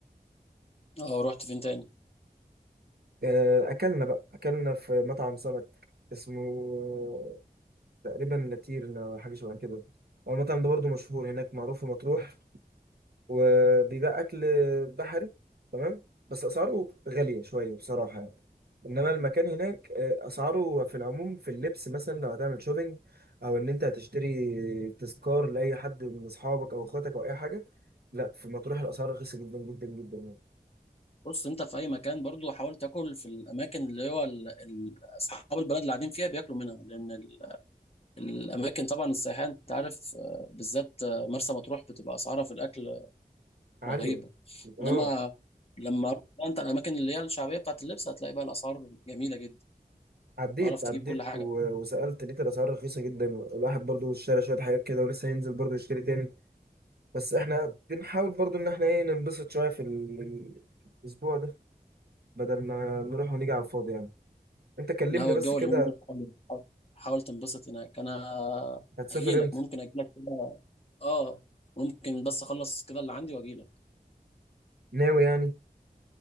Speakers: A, on the left; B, on the right.
A: اه رحت فين تاني
B: آه، اكلنا بقى اكلنا في مطعم سمك اسمه آه، تقريبا لاتيرنا ولا حاجه شبه كده هو المطعم ده برضو مشهور هناك معروف في مطروح وبيبقى اكل بحري تمام بس اسعاره غاليه شويه بصراحه يعني انما المكان هناك آه، اسعاره في العموم في اللبس مثلا لو هتعمل شوبينج او ان انت هتشتري تذكار لاي حد من اصحابك او اخواتك او اي حاجه لا في مطروح الاسعار رخيصه جدا جدا جدا يعني
A: بص انت في اي مكان برضو حاول تاكل في الاماكن اللي هو ال- ال- اصحاب البلد اللي قاعدين فيها بياكلوا منها لان ال- الاماكن طبعا السياحيه انت عارف آه، بالذات آه، مرسى مطروح بتبقى اسعارها في الاكل
B: عاليه
A: رهيبه
B: اه
A: انما لما رحت بقى انت الاماكن اللي هي الشعبيه بتاعت اللبس هتلاقي بقى الاسعار جميله جدا
B: عديت
A: تعرف تجيب
B: عديت
A: كل حاجه
B: و- وسألت لقيت الأسعار رخيصة جدا الواحد برضو اشترى شوية حاجات كده ولسه هينزل برضو يشتري تاني بس احنا بنحاول برضو إن احنا ايه ننبسط شوية في ال- الأسبوع ده بدل ما نروح ونيجي على الفاضي يعني انت كلمني
A: لا هو
B: بس
A: الجو
B: كده
A: اليومين دول حلو. حاول حاول تنبسط هناك انا
B: هتسافر
A: هجيلك
B: امتى
A: ممكن اجيلك كده اه ممكن بس اخلص كده اللي عندي واجيلك
B: ناوي يعني